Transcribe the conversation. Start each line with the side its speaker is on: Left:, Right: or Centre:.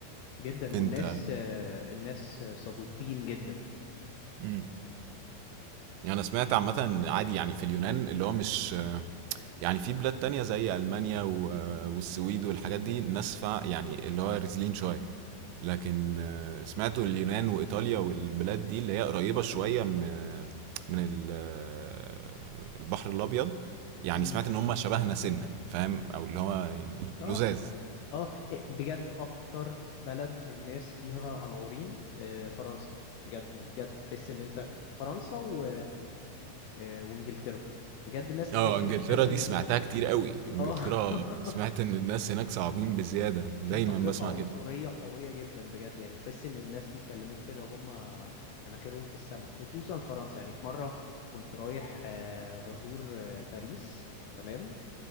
Left: جدا والناس
Right: انت
Left: آه الناس صدوقين جدا
Right: مم. يعني انا سمعت عامة إن عادي يعني في اليونان اللي هو مش يعني في بلاد تانية زي ألمانيا و- والسويد والحاجات دي الناس فا يعني اللي هو رزلين شوية لكن آه،
Left: اه
Right: سمعته اليونان وإيطاليا والبلاد دي اللي هي قريبة شوية م- من ال- آه، البحر الأبيض يعني
Left: مم.
Right: سمعت إن هم شبهنا سنة فاهم أو اللي هو يعني
Left: اه
Right: لزاز
Left: اه إيه، بجد اكتر بلد الناس فيها قنعورين آه، فرنسا بجد يعني بجد تحس ان انت فرنسا و... آه، وانجلترا بجد الناس تحس
Right: اه انجلترا
Left: تحس
Right: دي
Left: ان
Right: سمعتها كتير قوي انجلترا
Left: اه <laughs>
Right: سمعت ان الناس هناك صعبين بزيادة
Left: في
Right: دايما
Left: تفرقة
Right: بسمع
Left: عنصرية
Right: كده
Left: قوية جدا بجد يعني تحس ان الناس بيكلموك كده وهم مناخيرهم في السماء خصوصا فرنسا يعني في مرة كنت رايح آه، بزور آه، باريس تمام